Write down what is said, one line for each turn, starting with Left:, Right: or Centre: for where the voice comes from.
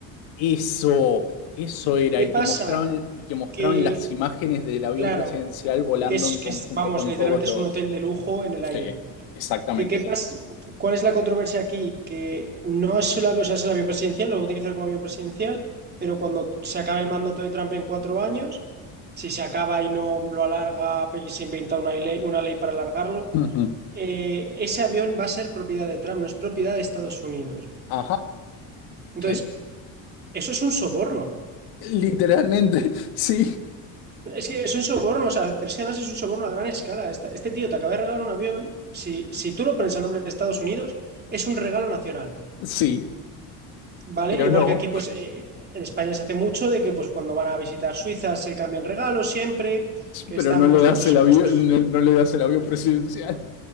Left: Eso, eso era,
Right: ¿Qué
Left: y
Right: pasa?
Left: que mostraban, y que mostraban
Right: Que,
Left: las imágenes del avión
Right: claro,
Left: presidencial volando
Right: que es,
Left: en conjunto
Right: que es, vamos,
Left: con
Right: literalmente
Left: todos los.
Right: es un hotel de lujo en el
Left: Sí,
Right: aire.
Left: exactamente.
Right: ¿Qué, qué pasa? ¿Cuál es la controversia aquí? Que no es solo, o sea, es el avión presidencial, lo va a utilizar como avión presidencial, pero cuando se acabe el mandato de Trump en cuatro años, si se acaba y no lo alarga, pues, y se inventa una ley, una ley para alargarlo,
Left: Ujú.
Right: eh, ese avión va a ser propiedad de Trump, no es propiedad de Estados Unidos.
Left: Ajá,
Right: Entonces,
Left: sí.
Right: eso es un soborno.
Left: Literalmente, <laughs> sí,
Right: Es que es un soborno, o sea, pero es que además es un soborno a gran escala. Esta- Este tío te acaba de regalar un avión, si, si tú lo pones a nombre de Estados Unidos, es un regalo nacional.
Left: sí,
Right: ¿vale?
Left: pero
Right: Igual
Left: no,
Right: que aquí, pues eh, en España se hace mucho de que pues cuando van a visitar Suiza se cambian regalos siempre, que
Left: pero
Right: están
Left: no le
Right: pues
Left: das
Right: muchos
Left: el avión,
Right: impuestos,
Left: no, no le das el avión presidencial.